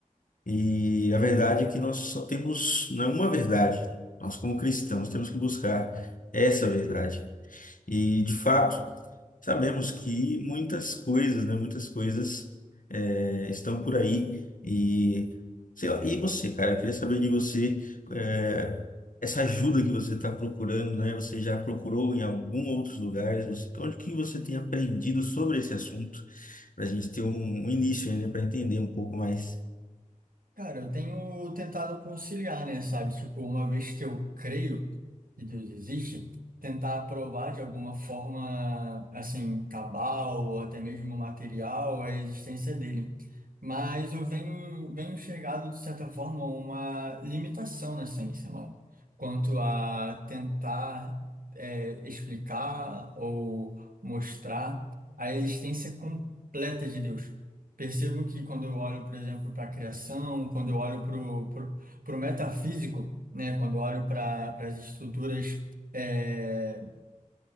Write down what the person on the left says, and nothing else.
E a verdade é que nós só temos, não é uma verdade. Nós, como cristãos, temos que buscar essa verdade. E, de fato, sabemos que muitas coisas, né, muitas coisas eh, estão por aí. E, sei lá, e você, cara, eu queria saber de você, eh, essa ajuda que você está procurando, né? Você já procurou em algum outros lugares? Você, onde que você tem aprendido sobre esse assunto? Para a gente ter um, um início, né, para entender um pouco mais.